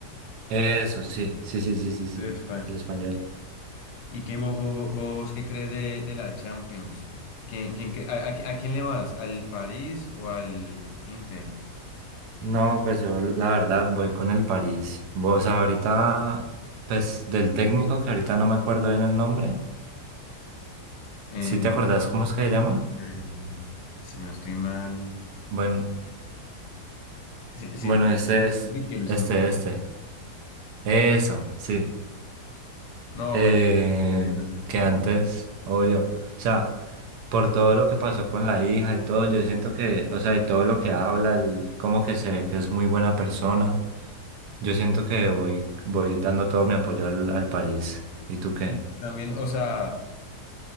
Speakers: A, on the right; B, on the left.
A: Eso, sí, sí, sí, sí, sí, sí.
B: El español.
A: El español.
B: ¿Y qué vo- vo- vo- vos, qué crees de, de la Champions? ¿Quién, quién cre- a, a- a quién le vas? ¿Al París o al Inter?
A: No, pues yo la verdad voy con el París. Vo- O sea, ahorita, pues del técnico, que ahorita no me acuerdo bien el nombre.
B: Eh,
A: ¿Sí te acordás cómo es que se llama?
B: eh, si no estoy mal.
A: Bueno,
B: Sí, sí,
A: bueno, ese
B: Luis
A: es,
B: Enrique, Luis
A: este,
B: Enrique.
A: este. Eso, sí.
B: No,
A: Eh,
B: le-
A: que antes, obvio. O sea, por todo lo que pasó con la hija y todo, yo siento que, o sea, y todo lo que habla, el- como que se ve que es muy buena persona. Yo siento que voy, voy dando todo mi apoyo al, al París. ¿Y tú qué?
B: sí, también, o sea.